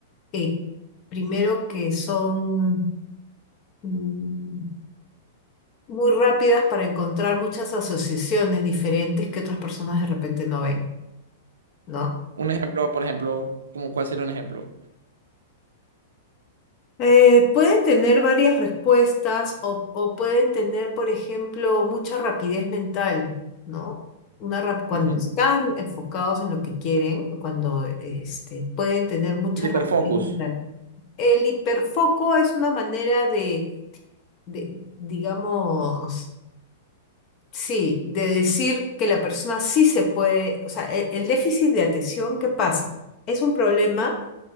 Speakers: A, on the left; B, on the right.
A: eh, primero que son mm, muy rápidas para encontrar muchas asociaciones diferentes que otras personas de repente no ven, ¿no?
B: Un ejemplo, por ejemplo, ¿cómo, cuál sería un ejemplo?
A: Eh, pueden tener varias respuestas o, o pueden tener, por ejemplo, mucha rapidez mental, ¿no? Una rap- cuando
B: Ujú.
A: están enfocados en lo que quieren, cuando este, pueden tener mucha
B: El hiperfocus.
A: rapidez mental. El hiperfoco es una manera de, de, digamos, sí, de decir que la persona sí se puede, o sea, el el déficit de atención, ¿qué pasa? Es un problema